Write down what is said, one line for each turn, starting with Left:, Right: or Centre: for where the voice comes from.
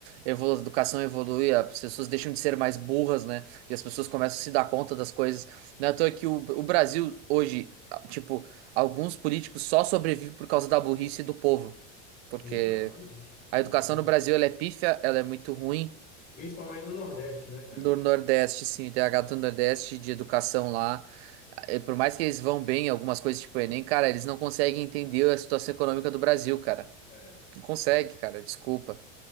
Right: evolu- a educação evolui, as pessoas deixam de ser mais burras, né? E as pessoas começam a se dar conta das coisas. Não é à toa que o, o Brasil hoje, tipo, alguns políticos só sobrevivem por causa da burrice do povo porque
Left: exatamente,
Right: a
Left: exatamente.
Right: educação no Brasil ela é pífia, ela é muito ruim.
Left: Principalmente no Nordeste, né, cara?
Right: Do Nordeste, sim, tem a gata do Nordeste de educação lá. Eh, Por mais que eles vão bem em algumas coisas tipo o Enem, cara, eles não conseguem entender a situação econômica do Brasil, cara.
Left: É.
Right: Não consegue, cara, desculpa.